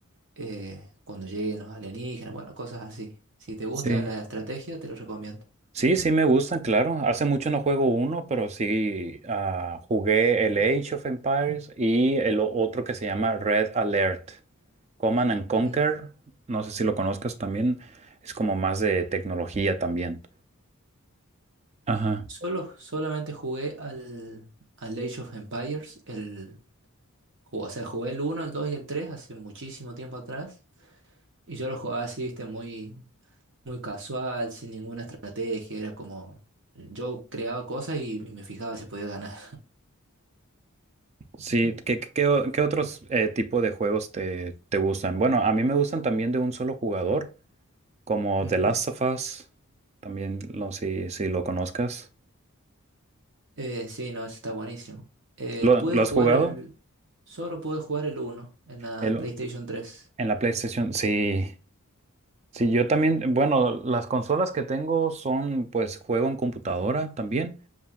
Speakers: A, on the right; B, on the right.
A: eh, cuando lleguen los alienígenas, bueno, cosas así. Si te gusta
B: sí.
A: la estrategia, te lo recomiendo.
B: Sí, sí me gustan, claro. Hace mucho no juego uno, pero sí ah, jugué el Age of Empires y el o- otro que se llama Red Alert. Command and Conquer,
A: Mm,
B: no sé si lo conozcas también, es como más de tecnología también. Ajá.
A: Solo, solamente jugué al, al Age of Empires, el Ju- O sea, jugué el uno el 2 y el 3 hace muchísimo tiempo atrás. Y yo lo jugaba así, viste, muy, muy casual, sin ninguna estrategia. Era como. Yo creaba cosas y me fijaba si podía ganar.
B: Sí, ¿qué, qué- qué o- qué otros eh, tipo de juegos te, te gustan? Bueno, a mí me gustan también de un solo jugador, como
A: <laughs> Ujú.
B: The Last of Us, también no sé si, lo conozcas.
A: Eh, sí, no, eso está buenísimo. Eh,
B: ¿Lo,
A: pude
B: lo
A: jugar
B: has jugado?
A: el. Solo pude jugar el uno en la
B: El-
A: PlayStation tres
B: en la PlayStation, sí. Sí, yo también, bueno, las consolas que tengo son, pues, juego en computadora también.